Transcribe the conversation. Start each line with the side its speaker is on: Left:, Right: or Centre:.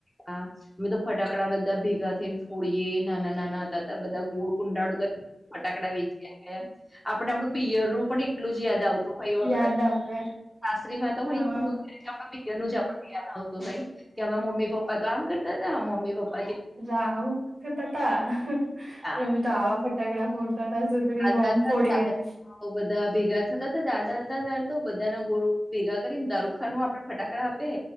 Centre: હા, અમે તો ફટાકડા બધા ભેગા થઈને ફોડીયએ નાના-નાના હતા બધા ગોળ કુંડાળું ફટાકડા વેચયા. આપણે આપણું પિયરનું પણ એટલું જ યાદ આવતું. હોય, વખત
Right: યાદ આવે
Centre: સાસરીમાં તો
Right: હા
Centre: હોય. પિયર નું જ આપણને યાદ આવતું હતું કે, મારા મમ્મી-પપ્પા તો આમ કરતા હતા, હ, મમ્મી-પપ્પા
Right: આવુકરતા હતા
Centre: હા,
Right: અમે તો આવા ફ ફટાકડા ફોડતા હતા અને સુગડી
Centre: દાદા
Right: બોમ્બ
Centre: હતા
Right: ફોડતા
Centre: તો દાદા
Right: હતા.
Centre: બધા ભેગા થતા હતા. દાદા હતા દારુ તો બધા ના ગોરુ ભેગા કરીને દારૂખા નું આપડે ફટાકડા આપે.